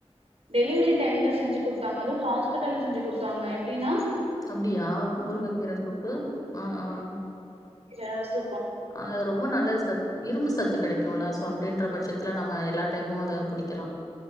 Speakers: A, on the right; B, on the left.
A: டெலிவரி டைம்ல செஞ்சு குட்த்தாங்க அதூ ஹாஸ்பிட்டல்ல செஞ்சு குட்த்தாங்க எப்டினா
B: அப்டியா முருங்ககீர சூப்பு அஹ் ஆஹ்
A: ஏ நர்ஸு
B: ஆஹ் அது ரொம்ப நல்லஸ்டர் இரும்பு சத்து கெடைக்கூல சோ அப்டின்ற பட்சத்ல நம்ம எல்லா டைமு அத குடிக்கலா